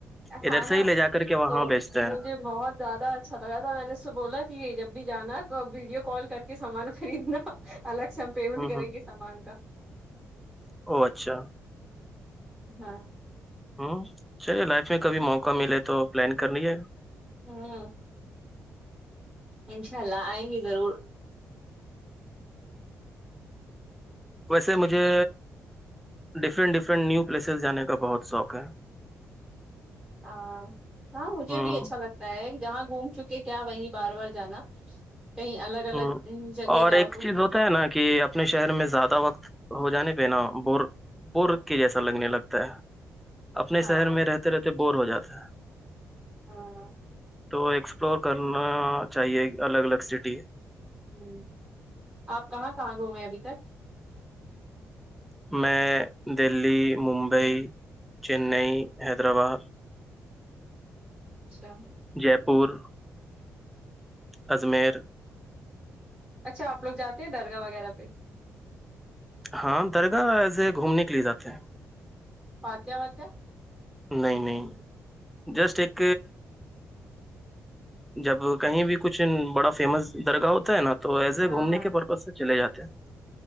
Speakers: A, on the right; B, in the centre.
A: ہاں
B: ادھر سے
A: نا
B: ہی لے جا کر کے وہاں
A: تو
B: بیچتے
A: مجھے
B: ہیں
A: بہت زیادہ اچھا لگا تھا میں نے اس سے بولا کہ جب بھی جانا تو ا ویڈیو کال کر کے سامان خریدنا الگ سے ہم پیمنٹ
B: ہوں
A: کریں
B: ہوں
A: گے سامان کا
B: او اچھا
A: ہاں
B: ہوں چلیے لائف میں کبھی موقع ملے تو پلان کر لیجے
A: ہوں انشاء اللہ آئیں گے ضرور
B: ویسے مجھے ڈفرینٹ ڈفرینٹ نیو پلیسز جانے کا بہت شوق ہے
A: ا ہاں مجھے
B: ہوں
A: بھی اچھا لگتا تا ہے جہاں گھوم چکے کیا وہیں بار بار جانا کہیں الگ الگ
B: ہوں
A: جگہ
B: اور
A: جاؤ
B: ایک
A: تو
B: چیز ہوتا ہے نا کہ اپنے شہر میں زیادہ وقت ہو جانے پہ نا بور بور کے جیسا لگنے لگتا ہے اپنے
A: ہاں
B: شہر میں رہتے رہتے بور ہو جاتے ہیں
A: ہاں
B: تو ایکسپلور کرنا چاہیے الگ الگ سٹی
A: ہ آپ کہاں کہاں گ میں ابھی تک
B: میں دہلی ممبئی چینئی حیدرآباد
A: اچھا
B: جے پور اجمیر
A: اچھاپ لوگ جے ہیں درگاہ وغیرہ پہ
B: ہاں درگاہ ایسے گھومنے کے لیے جاتے ہیں
A: پاتیا واتیا
B: نہیں نہیں جسٹ ایک جب کہیں بھی کچھ بڑا فیمس درگاہ ہوتا ہے نا تو ایز اے
A: ہاں
B: گھومنے کے پرپز سے چلے جاتے ہیں